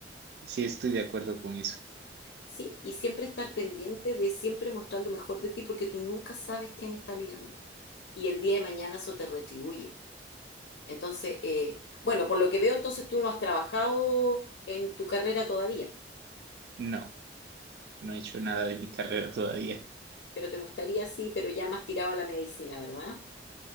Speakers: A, on the right (about 60°); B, on the left (about 85°).
A: sí estoy de acuerdo con eso.
B: sí, y siempre estar pendiente de siempre mostrar lo mejor de ti porque tú nunca sabes quién está mirando. Y el día de mañana eso te retribuye. Entonces, eh, bueno, por lo que veo, entonces tú no has trabajado en tu carrera todavía,
A: No. No he hecho nada de mi carrera todavía.
B: pero te gustaría sí, pero ya más tiraba la medicina, ¿verdad?